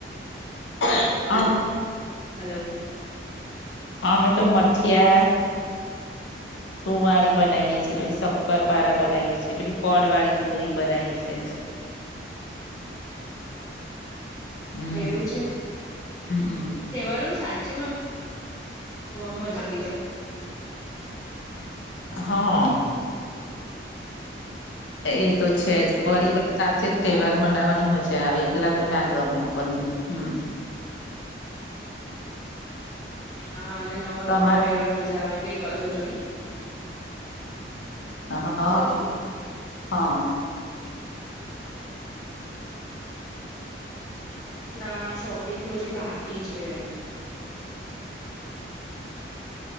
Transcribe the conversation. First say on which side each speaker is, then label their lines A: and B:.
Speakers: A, on the left; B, on the left.
A: <unintelligible>
B: હલો.
A: અમે તો મઠિયા
B: <inaudible>
A: સુંવાળી બનાવીએ છીએ, પછી શક્કરપારા બનાવીએે છીએ, પછી પળ વાળી પુરી બનાવીએ છે.
B: <inaudible>
A: હમ
B: એવું છે?
A: હમમ
B: તહેવાર સાચેમાં મ મજા દેવાય-
A: હા. એ તો છે જ પરિવાર સાથે જ તહેવાર મનાવવાની મજા એકલા તો ના ગમે આપણને હમ
B: હા, અને નવા
A: તમારે
B: કપડાં પહેરવાની મજા આવે કઈક હજુની.
A: હા
B: શું છો
A: હા.
B: ના, શોપિંગ તો હજી બાકી છે.